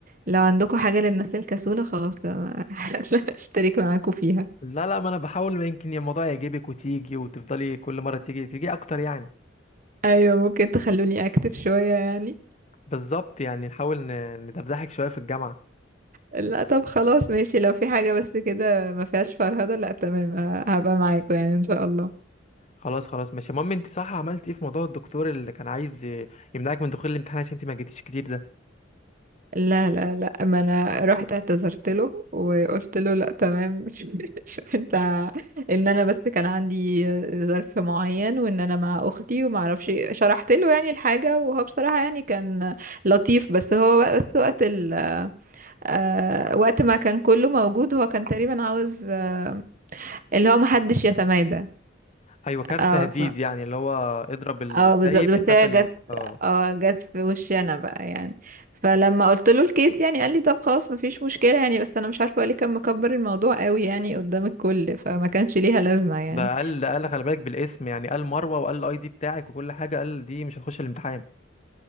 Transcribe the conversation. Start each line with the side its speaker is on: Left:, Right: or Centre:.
Right: لو عندكم حاجة للناس الكسولة خلاص أنا <laughs> اشترك معاكم فيها
Left: لا لا ما انا بحاول ما يمكن الموضوع يعجبك وتيجي وتفضلي كل مره تيجي تيجي اكتر يعني
Right: ايوه ممكن تخلوني اكتف شوية يعني
Left: بالظبط يعني نحاول ن- ندردحك شويه في الجامعه
Right: لا طب خلاص ماشي لو في حاجة بس كده ما فيهاش فرهدة لا تمام ه- هبقى معاكم يعني ان شاء الله
Left: خلاص خلاص ماشي المهم انت صح عملت ايه في موضوع الدكتور اللي كان عايز ي- يمنعك من دخول الامتحان عشان انت ما جيتيش كتير ده
Right: لا لا لا ما انا رحت اعتذرت له وقلت له لا تمام <laughs> شوف انت ان انا بس كان عندي ظرف معين وان انا مع اختي وما اعرفش إيه. شرحت له يعني الحاجه وهو بصراحه يعني كان لطيف بس هو بقى- بس وقت ال آه، وقت ما كان كله موجود هو كان تقريبا عاوز آه، اللي هو محدش يتمادى
Left: ايوه كارت
Right: اه
Left: تهديد يعني اللي هو اضرب السايب
Right: اه بالظبط بس
Left: يخاف
Right: هي
Left: ال
Right: جت
Left: اه
Right: اه جت في وشي انا بقى يعني فلما قلت له الكيس يعني قال لي طب خلاص مفيش مشكلة يعني بس انا مش عارفة هو ليه كان مكبر الموضوع قوي يعني قدام الكل فما كانش ليها لازمة يعني
Left: ده قال ده قال خلي بالك بالاسم يعني قال مروه وقال الاي دي بتاعك وكل حاجه قال دي مش هتخش الامتحان